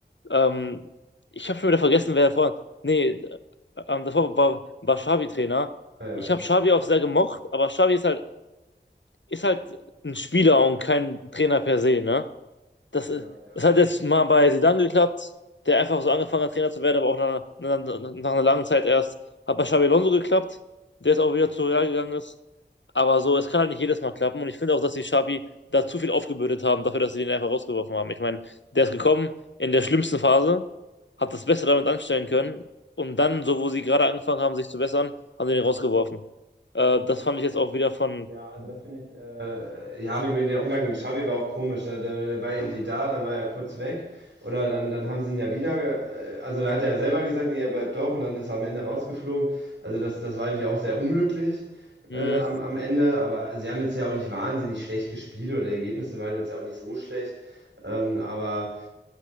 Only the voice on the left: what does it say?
Ähm, ich habe schon wieder vergessen, wer davor. Nee, ähm, davor war, war Xavi Trainer.
Ich habe Xavi auch sehr gemocht, aber Xavi ist halt, ist halt ein Spieler und kein Trainer per se, ne? das,
ist-
das hat jetzt mal bei Zidane geklappt, der einfach so angefangen hat, Trainer zu werden, aber auch nach, einer- nach, einer- nach einer langen Zeit erst. Hat bei Xabi Alonso geklappt, der jetzt auch wieder zu Real gegangen ist. Aber so, es kann halt nicht jedes Mal klappen. Und ich finde auch, dass die Xabi da zu viel aufgebürdet haben, dafür, dass sie den einfach rausgeworfen haben. Ich meine, der ist gekommen in der schlimmsten Phase, hat das Beste damit anstellen können. Und dann, so wo sie gerade angefangen haben, sich zu bessern, haben sie den rausgeworfen. Äh, das fand ich jetzt auch wieder von.
Hm,